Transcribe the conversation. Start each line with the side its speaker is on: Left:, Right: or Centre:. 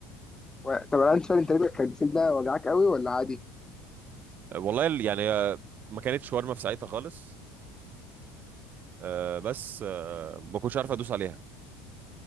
Left: و... طب انا عندي سؤال انت رجلك كانت بتسيب وجعك قوي ولا عادي؟
Right: آه، والله ال- يعني آه، ما كانتش شاورما في ساعتها خالص آه بس آه ما كنتش عارف ادوس عليها